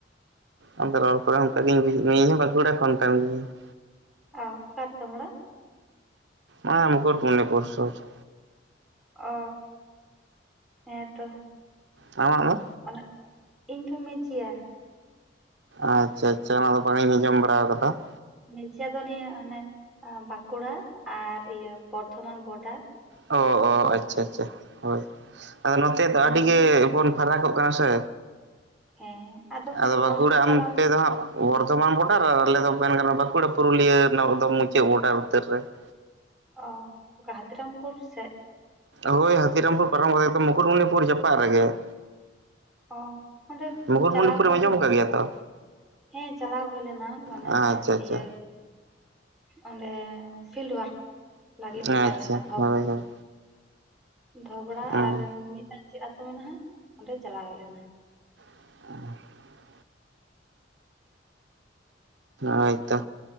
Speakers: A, on the right; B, in the centre.
A: ᱟᱫᱚ ᱨᱚᱲ ᱠᱚᱨᱮ ᱚᱱᱠ ᱜᱮᱧ ᱵᱩᱡᱮᱫ ᱢᱮᱭᱟ ᱤᱧ ᱦᱚᱸ ᱵᱟᱸᱠᱩᱲᱟ ᱠᱷᱚᱱ ᱠᱷᱱ ᱜᱮᱤᱭᱟᱹᱧ ᱾
B: ᱚ ᱚᱠᱟ ᱨᱮᱛᱟᱢ ᱚᱲᱟᱜ?
A: ᱚᱱᱟ ᱢᱩᱠᱩᱴᱢᱚᱱᱤᱯᱩᱨ ᱥᱩᱨ, ᱾
B: ᱚᱻ ᱦᱮᱸ ᱛᱚ ᱾
A: ᱟᱢᱟᱜ ᱫᱚ?
B: ᱚᱱᱟ ᱤᱧ ᱫᱚ ᱢᱮᱡᱤᱭᱟ ᱾
A: ᱟᱪᱷᱟ ᱟᱪᱷᱟ ᱚᱱᱟ ᱫᱚ ᱵᱟᱝ ᱤᱧ ᱟᱸᱡᱚᱢ ᱵᱟᱲᱟ ᱟᱠᱟᱫᱟ ᱾
B: <unintelligible> ᱡᱮᱡᱤᱭᱟ ᱫᱚ ᱱᱤᱭᱟᱹ ᱟᱱᱮ ᱵᱟᱸᱠᱩᱲᱟ ᱟᱨ ᱤᱭᱟᱹ ᱵᱚᱨᱫᱷᱚᱢᱟᱱ ᱵᱚᱰᱟᱨ ᱾
A: ᱚ ᱚ ᱟᱪᱴᱪᱷᱟ ᱟᱪᱷᱟ ᱦᱳᱭ ᱟᱫᱚ ᱱᱚᱛᱮ ᱫᱚ
B: ᱢᱩᱠᱩᱴᱢᱩᱱᱤ
A: ᱟᱹᱰᱤ ᱜᱮᱵᱚᱱ ᱯᱷᱟᱨᱟᱠᱚᱜ ᱠᱟᱱᱟ ᱥᱮ
B: ᱦᱮᱸ
A: ᱟᱫᱚ ᱵᱟᱸᱠᱩᱲᱟ
B: ᱫᱚ ᱪᱟᱞᱟᱣ
A: ᱚᱱᱛᱮ ᱫᱚ ᱦᱟᱸᱜ ᱵᱚᱨ ᱫᱚᱢᱟᱱ ᱵᱚᱰᱟᱨ ᱟᱨ ᱟᱞᱮ ᱫᱚ ᱢᱮᱱ ᱜᱟᱱᱚᱜ-ᱟ ᱵᱟᱸᱠᱩᱲᱟ ᱯᱩᱨᱩᱞᱤᱭᱟᱹ ᱨᱮᱱᱟᱜ ᱮᱠᱫᱚᱢ ᱢᱩᱪᱟᱹᱫ ᱵᱚᱰᱟᱨ ᱩᱛᱟᱹᱨ ᱨᱮ ᱾
B: ᱚᱸ, ᱚᱠᱟ ᱦᱟᱹᱛᱤᱨᱟᱢᱯᱩᱨ ᱥᱮᱫ?
A: ᱦᱳᱭ ᱦᱟᱹᱛᱤᱨᱟᱢᱯᱩᱨ ᱯᱟᱨᱚᱢ ᱠᱟᱛᱮ ᱢᱩᱠᱩᱴᱢᱩᱱᱤᱯᱩᱨ ᱡᱟᱯᱟᱜ ᱨᱮᱜᱮ ᱾
B: ᱚᱸ ᱚᱸᱰᱮ
A: ᱢᱩᱠᱩᱴᱢᱩᱱᱤᱯᱩᱨᱮᱢ
B: ᱪᱟᱞᱟᱣ ᱦᱩᱭ
A: ᱟᱸᱡᱚᱢ
B: ᱞᱮᱱᱟ
A: ᱟᱠᱟᱫ ᱜᱮᱭᱟ
B: ᱾
A: ᱛᱚ
B: ᱦᱮᱸ ᱪᱟᱞᱟᱣ ᱦᱩᱭ ᱞᱮᱱᱟ ᱢᱟᱱᱮ
A: ᱟᱪᱪᱷᱟ ᱟᱪᱪᱷᱟ
B: ᱤᱭᱟᱹ ᱚᱸᱰᱮ ᱯᱷᱤᱞᱰ ᱚᱣᱟᱨᱠ ᱞᱟᱹᱜᱤᱫ
A: ᱟᱪᱪᱷᱟ
B: ᱪᱟᱞᱟᱣ ᱦᱩᱭ ᱞᱮᱱᱟ ᱫᱷᱚᱵᱚ
A: ᱦᱳᱭ
B: ᱾
A: ᱦᱳᱭ
B: ᱫᱷᱚᱜᱽᱲᱟ
A: ᱦᱩᱸ
B: ᱟᱨ ᱢᱤᱫᱴᱟᱝ ᱪᱮᱫ ᱟᱛᱳ ᱢᱮᱱᱟᱜ-ᱟ ᱚᱸᱰᱮ ᱪᱟᱞᱟᱣ ᱦᱩᱭᱞᱱᱟ ᱾
A: <inaudible> <inaudible> ᱦᱳᱭᱛᱚ